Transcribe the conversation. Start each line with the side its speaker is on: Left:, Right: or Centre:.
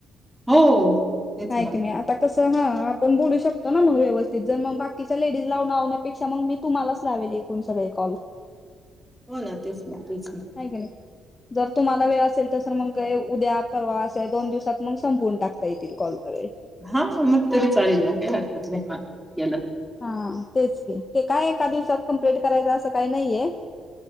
Centre: हो तेच
Left: हाय
Centre: ना
Left: कणी आता कसं ह आपण बोलू शक करतो ना मग व्यवस्थित ते जर मग बाकीच्या तिला लावण्यापेक्षा मग मी तुम्हालाच लावेल एकूण सगळे कॉल.
Centre: हो ना तेच ना तेच ना
Left: हाय का नाही. जर तुमला वेळ असेल तस मग कय उद्या परवास अस दोन दिवसात मग संपवून टाकता येतील कॉल. <unintelligible>
Centre: हा म तरी चालेल ना काय हरकत नाही मला केला
Left: हा तेच की ते काय एका दिवसात कंप्लिट करायचं असं काय नाहीये